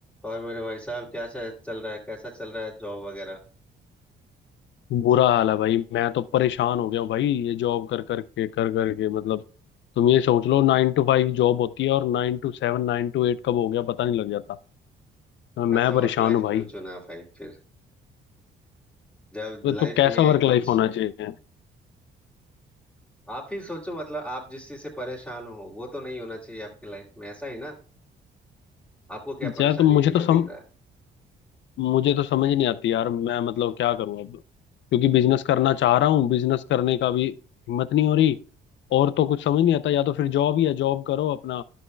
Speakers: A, in the centre; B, on the left.
A: और मेरे भाई साहब क्या से- चल रहा है कैसा चल रहा है जॉब वगैरह
B: बुरा हाल है भाई मैं तो परेशान हो गया हूँ भाई ये जॉब कर कर के कर कर के मतलब तुम ये सोच लो नाइन टू फाइव जॉब होती है और nine to seven nine to eight कब हो गया पता नहीं लग जाता हाँ, मैं
A: ऐसा
B: परेशान
A: वर्क लाइफ
B: हूँ भाई
A: क्यों चुना भाई फिर जब
B: तो,
A: लाइफ
B: तो कैसा
A: में
B: वर्क
A: कुछ
B: लाइफ होना चाहिए
A: आप ही सोचो मतलब आप जिस चीज से परेशान हो वो तो नहीं होना चाहिए आपकी लाइफ में ऐसा ही ना आपको क्या परेशानी
B: यार तो मुझे तो
A: दिख
B: सम
A: रहा है
B: मुझे तो समझ नहीं आती यार मैं मतलब क्या करूँ अब क्योंकि बिजनेस करना चाह रहा हूँ बिजनेस करने का भी हिम्मत नहीं हो रही और तो कुछ समझ नहीं आता या तो फिर जॉब ही है जॉब करो अपना